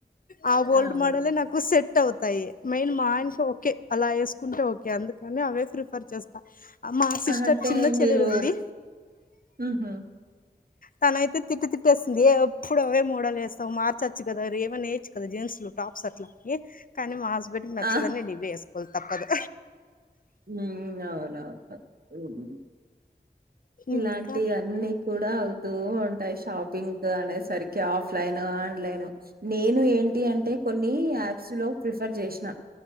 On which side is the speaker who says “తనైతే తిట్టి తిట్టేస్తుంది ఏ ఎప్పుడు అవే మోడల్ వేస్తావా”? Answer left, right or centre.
Left